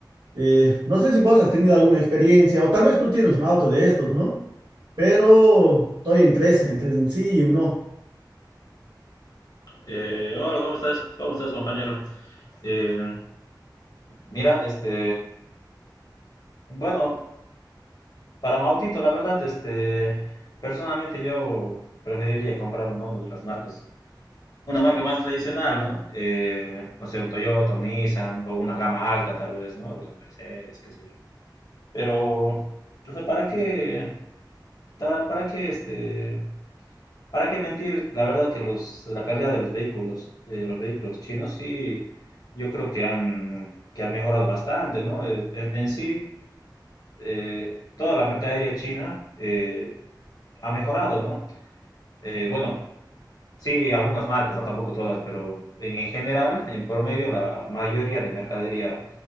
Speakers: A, on the right (about 75°); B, on the left (about 60°).
A: Eh, no sé si vos has tenido alguna experiencia o tal vez tú tienes un auto de estos, ¿no? Pero estoy entre, ese- entre un sí y un no.
B: Eh, hola, ¿cómo estás? ¿Cómo estás, compañero? Eh, mira, este, bueno, para un autito, la verdad, este, personalmente yo preferiría comprar uno uno de las marcas, una marca más tradicional, ¿no? Eh, no sé, un Toyota, un Nissan o una gama alta, tal vez, ¿no? Los Mercedes, qué sé yo. Pero, o sea, ¿para qué, ta- para qué, este? ¿Para qué mentir? La verdad que los, la calidad de los vehículos, de los vehículos chinos, sí, yo creo que han, que han mejorado bastante, ¿no? Eh, en, en sí, eh, toda la mercadería china eh, ha mejorado, ¿no? Eh, bueno, sí, algunas marcas, no tampoco todas, pero en, en general, en promedio, la mayoría de mercadería